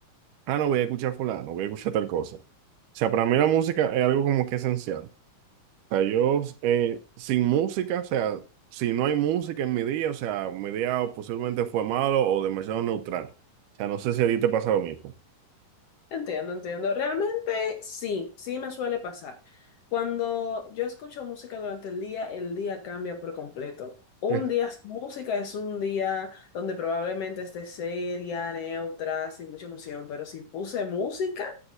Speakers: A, on the right; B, on the left.
A: Ah, no, voy a escuchar fulano, voy a escuchar tal cosa. O sea, para mí la música es algo como que esencial. sea, yo eh, sin música, o sea, si no hay música en mi día, o sea, mi día posiblemente fue malo o demasiado neutral. O sea, no sé si a ti te pasa lo mismo.
B: Entiendo, entiendo. Realmente sí, sí me suele pasar. Cuando yo escucho música durante el día, el día cambia por completo. Un
A: Sí.
B: día, música es un día donde probablemente esté seria, neutra, sin mucha emoción, pero si puse música,